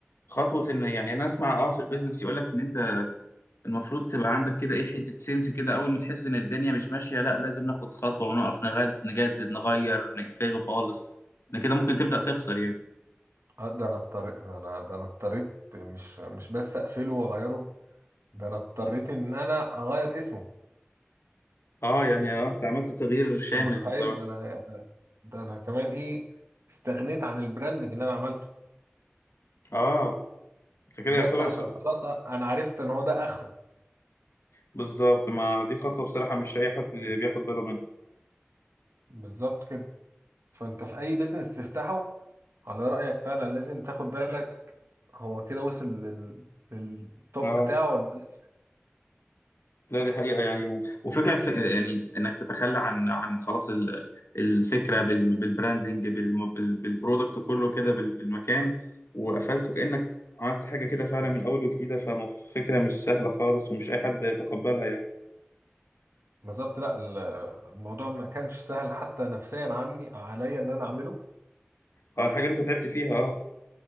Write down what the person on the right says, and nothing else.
آه، ده انا اضطريت ده انا ده انا اضطريت مش مش بس اقفله واغيره ده انا اضطريت ان انا اغير اسمه
انت
متخيل
ده انا أنا- ده انا كمان ايه استغنيت عن البراندنج اللي انا عملته
بس
عشان خلاص انا أنا عرفت ان هو ده اخره
بالظبط كده فانت في اي بيزنس تفتحه على رأيك فعلا لازم تاخد بالك هو كده وصل لل... للتوب
بتاعه ولا لسه
بالظبط لا ال- الموضوع ما كانش سهل حتى نفسيا عني عليا ان انا اعمله